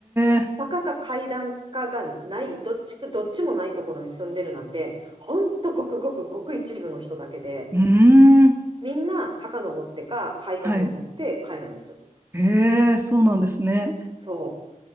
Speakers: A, on the right; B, on the right.
A: え、
B: 坂か階段かがない、どっちか、どっちもないところに住んでるなんて、ほんとごくごくごく一部の人だけで、
A: うーん、
B: みんな坂登ってか階段登って帰るんですよ。
A: はい。へえ、そうなんですね。
B: そ